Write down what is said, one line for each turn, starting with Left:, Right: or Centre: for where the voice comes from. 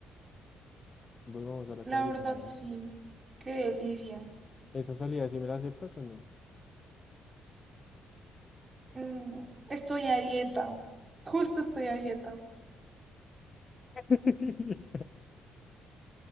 Left: Volvamos a la cuadrita
Right: La verdad,
Left: México.
Right: sí,
Left: ¿no?
Right: qué delicia.
Left: ¿Esa salida sí me la aceptas o no?
Right: Mm, estoy a dieta, justo estoy a dieta.
Left: <laughs>